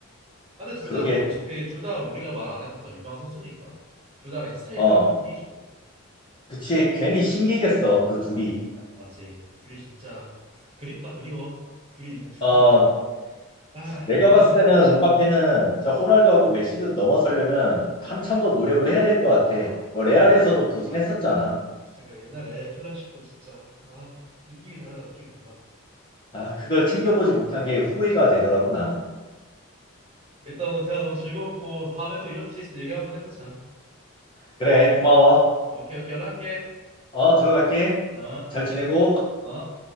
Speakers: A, on the right; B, on the left.
A: 아, 근데 둘
B: 그러게,
A: 다 뭐 어차피 둘 다 우리가 말 안 해도 다 유명한 선수니까 둘 다 그냥 스타일이
B: 어,
A: 다른 것뿐이지 뭐
B: 그치 괜히 신기겠어 그 둘이.
A: 맞지 둘이 진짜 그립다 그리워 둘이 있는 축구가
B: 어,
A: 아
B: 내가
A: 예전에
B: 봤을 때는 음바페는 진짜 호날두하고 메시를 넘어서려면 한참 더 노력을 해야 될 것 같아.
A: 아
B: 뭐
A: 나가
B: 레알에서도
A: 옛
B: 부진했었잖아.
A: 맞아 진짜 그 옛날 엘 클라시코 진짜 아 느낌이 다르다 느낌이 달라
B: 아, 그걸 챙겨보지 못한 게 후회가 되더라고 나는.
A: 일단 오늘 대화 너무 즐거웠고 다음에 또 이런 주제 있으면 얘기 한번 해보자
B: 그래, 고마워.
A: 아, 오케이 오케이 연락할게
B: 어, 들어갈게.
A: 아
B: 잘 지내고.
A: 아.